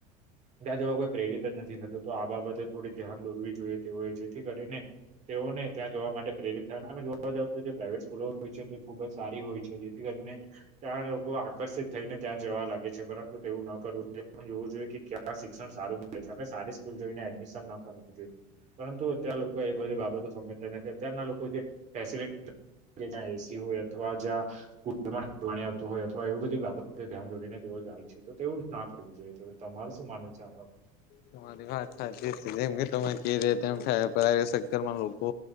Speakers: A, on the right; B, on the left.
A: ત્યાં જવા કોઈ પ્રેરિત જ નથી થતું તો આ બાબતે થોડી ધ્યાન દોરવી જોઈએ તેઓએ જેથી કરીને તેઓને ત્યાં જોવા માટે પ્રેરિત થયા અમે જોવા જાવ તો જે પ્રાઇવેટ સ્કૂલો હોય છે તે ખુબ જ સારી હોય છે કરીને ત્યાં લોકો આકર્ષિત થઈને ત્યાં જવા લાગે છે પરંતુ તેવું ન કરવું પણ જોવું જોઈએ કે ક્યાં શિક્ષણ સારું આપણે સારી સ્કૂલ જોઈને એડમિશન ન કરાવવી જોઈએ. પરંતુ અતં લોકો એ બધી બાબતો સમજતા નથી છે અત્યારના લોકો જે ફેસલીટી જ્યાં એસી હોય અથવા જ્યાં કુલર પાણી આવતું હોય અથવા અથવા એવી બધી બાબતે ધ્યાન દોરીને તેઓ જાય છે તો તેવું ના કરવું જોઈએ તો તમારું શું માનવું છે આ? <inaudible>
B: તમારી વાત સાચી છે જેમ કે તમે ક ર તેમ પ્રઇવેટ સેક્ટરમાં લોકો